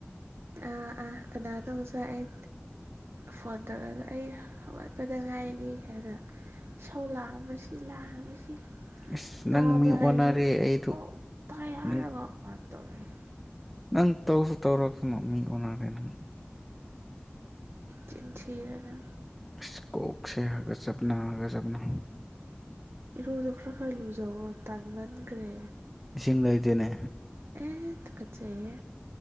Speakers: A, on the right; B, in the centre.
A: ꯑꯥ ꯑꯥ ꯀꯅꯥꯅꯣ ꯉꯁꯥꯢ ꯑꯩ ꯐꯣꯟ ꯇꯧꯔꯛꯑꯒ ꯑꯩ ꯍꯧꯒꯠꯄꯗ ꯉꯥꯏꯔꯤ ꯍꯥꯏꯅ ꯢꯁꯧ ꯂꯥꯡꯕꯁꯤ ꯂꯥꯡꯕꯁꯤ
B: ꯏꯁ ꯅꯪ
A: ꯇꯥꯕ
B: ꯃꯤ ꯑꯣꯟꯅꯔꯦ
A: ꯍꯥꯏꯔꯁꯨ
B: ꯑꯩꯗꯨ
A: ꯑꯣ ꯇꯥꯢ ꯍꯥꯢꯔꯒ
B: ꯅꯪ
A: ꯑ ꯇꯧꯔꯛꯌꯦ
B: ꯅꯪ ꯇꯧꯁꯨ ꯇꯧꯔꯛꯇꯅ ꯃꯤ ꯑꯣꯟꯅꯔꯦ ꯅꯪ
A: ꯅꯆꯤꯟ ꯊꯤꯗꯅ
B: ꯏꯁ ꯀꯣꯛꯁꯦ ꯍꯥꯒꯠꯆꯕꯅꯥ ꯍꯥꯒꯠꯆꯕꯅꯥ
A: ꯏꯔꯨꯗꯣ ꯈꯔ ꯈꯔ ꯂꯨꯖꯧꯑꯣ ꯇꯥꯟꯃꯟꯈ꯭ꯔꯦ
B: ꯏꯁꯤꯡ ꯂꯩꯇꯦꯅꯦ
A: ꯑꯦ ꯇꯨꯒꯨꯠꯆꯩꯌꯦ